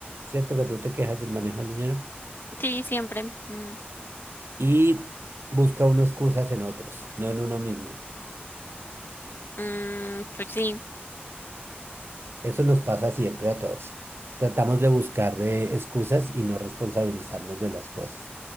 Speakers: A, on the right (about 80°); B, on the left (about 65°).
A: ¿cierto? Que tú te quejas del manejo del dinero
B: Sí, siempre. Mm,
A: y busca uno excusas en otros, no en uno mismo.
B: mm, pues sí.
A: Eso nos pasa siempre a todos. Tratamos de buscar eh, excusas y no responsabilizarnos de las cosas.